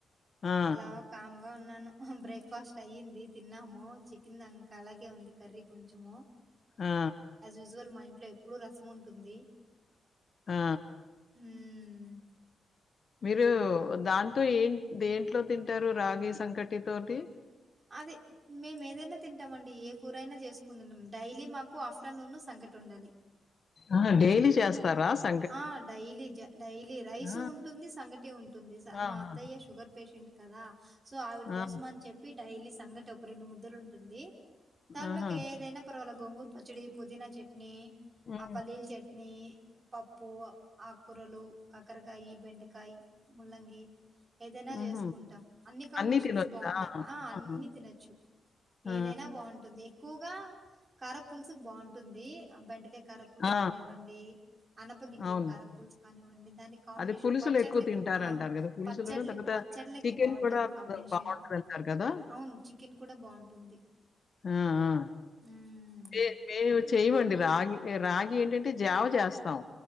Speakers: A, on the left; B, on the right.
A: ఆ
B: అలా ఒకామ్ గా ఉన్నాను బ్రేక్ఫాస్ట్ అయ్యింది. తిన్నాము చికెన్ దాంకాలాగే ఉంది కర్రీ కొంచము
A: హా
B: ఇజువల్ మా ఇంట్లో ఎప్పుడు రసం ఉంటుంది.
A: ఆ
B: హ్మ్
A: మీరు దాంతో ఏం దేంట్లో తింటారు రాగి సంకటి తోటి
B: అది మేము ఏదైనా తింటామండి ఏ కూరైనా చేసుకుందున్నుం డైలీ మాకు ఆఫ్టర్నూన్ సంగటుండాలి.
A: ఆహా డైలీ చేస్తారా స్
B: ఆ డైలీ జ డైలీ రైసు
A: ఆ
B: ఉంటుంది. సంగటి ఉంటుంది.
A: ఆహా
B: మా అత్తయ్య షుగర్ పెషెంట్ కదా సో ఆవిడి
A: ఆ
B: కోసం అని చెప్పి డైలీ సంగటి ఒక రెండు ముద్దలుంటుంది. దాంట్లోకి
A: ఆహా
B: ఏదైనా పర్వాలె గోంగూరు పచ్చడి, పుదీనా చట్నీ,
A: ఉమ్
B: ఆ పల్లీల చట్ ని పప్పు ఆక్కురలు కాకరకాయి బెండకాయి ముల్లంగి ఏదైనా
A: ఉహు
B: చేసుకుంటాం. అన్ని కాంబినేషన్స్
A: అన్నీ తినొచ్చా?
B: బావుంటాయి. ఆ అన్నీ
A: ఆహా!
B: తినచ్చు.
A: ఆ!
B: ఏదైనా బాగుంటుంది క్కుగా కారా పులుసుక్ బావుంటుంది బెండకాయ్ కారా పులుసు
A: ఆ!
B: కానివ్వం అనప గింజలు
A: అవును.
B: కార పూల్స్ కానివండి దానికి కాంబినేషన్
A: అదే పులుసులు
B: పచ్చళ్లకి
A: ఎక్కువ తింటారంటారు
B: ఆ
A: గదా! పులుసులును
B: పచ్చళ్ల్
A: తర్వాత
B: పచ్చళ్లకి
A: చికెను
B: బావుంటుంది
A: కూడా
B: కాంబినేషన్
A: బావుంటదంటారు కదా!
B: అవును చికెన్ కూడ బావుంటుంది.
A: ఆ ఆ
B: హ్మ్.
A: మే మేము చెయ్యమండి రాగి రాగి ఏంటంటే జావ చేస్తాం.